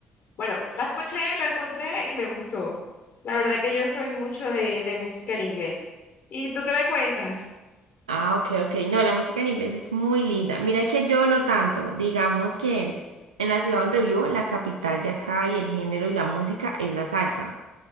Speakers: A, on the left; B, on the right.
A: Bueno, la escuché, lo encontré y me gustó. La verdad que yo soy mucho de, de música en inglés. ¿Y tú qué me cuentas?
B: Ah, ok, ok. No, la música en inglés es muy linda. Mira que yo no tanto. Digamos que en la ciudad donde vivo, la capital de acá y el género y la música es la salsa.